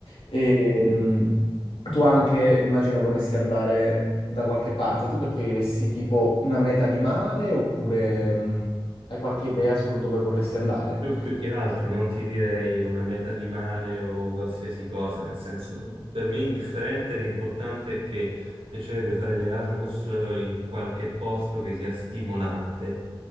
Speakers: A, on the left (about 85°); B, on the right (about 80°).
A: E, mm, tu anche, immagino, vorresti andare da qualche parte. Tu preferiresti tipo una meta di mare oppure mh, hai qualche idea sul dove vorresti andare?
B: Io più che altro non ti direi una meta di mare o qualsiasi cosa, nel senso, per me è indifferente, l'importante è che piacerebbe fare l'Erasmus eh, in qualche posto che sia stimolante,